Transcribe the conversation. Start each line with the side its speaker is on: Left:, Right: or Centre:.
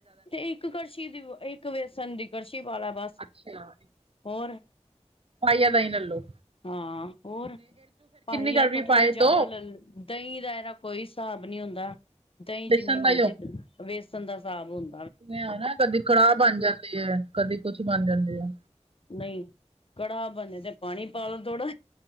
Left: ਤੇ ਇੱਕ ਕੜਸ਼ੀ ਦੀ, ਇੱਕ ਵੇਸਨ ਦੀ ਕੜਸ਼ੀ ਪਾ ਲਾ ਬਸ
Right: ਅੱਛਾ,
Left: ਹੋਰ
Right: ਪਾਈਆ ਦਈਂ ਲੈ ਲੋ
Left: ਹਾਂ, ਹੋਰ ਪਾਈਆ
Right: ਕਰ ਵੀ
Left: ਤੋਂ ਥੋੜੀ
Right: ਪਾਏ
Left: ਜਾਦਾ
Right: ਦੋ
Left: ਲੈ ਦਈਂ ਦਾ ਏਦਾ ਕੋਈ ਹਸਾਬ ਨਈਂ ਹੁੰਦਾ, ਦਈਂ
Right: ਬੇਸਣ
Left: ਜਿੰਨੀ
Right: ਦਾ
Left: ਮਰਜੀ, ਵੇਸਨ ਦਾ ਹਸਾਬ ਹੁੰ
Right: ਇਵੇਂ ਐ ਨਾ ਕਦੀ ਕੜਾਅ ਬਨ ਜਾਂਦੀ ਐ, ਕਦੀ ਕੁਛ ਬਨ ਜਾਂਦੀ ਐ।
Left: ਨਈਂ ਕੜਾ ਬਨੇ ਤੇ ਪਾਨੀ ਪਾ ਲੋ ਥੋੜਾ।